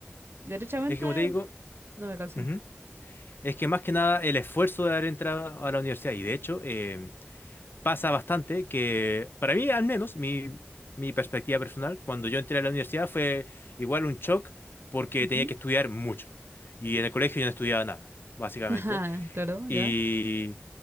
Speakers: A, on the right (about 60°); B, on the left (about 50°).
A: Derechamente,
B: Es que como te digo,
A: no me calza.
B: ujú, es que más que nada el esfuerzo de haber entrado a la universidad, y de hecho em, pasa bastante que para mí al menos mi, mi perspectiva personal, cuando yo entré a la universidad fue igual un shock porque
A: Ujú.
B: tenía que estudiar mucho. Y en el colegio yo no estudiaba nada, básicamente.
A: <laughs> Ajá, claro,
B: Y
A: ya.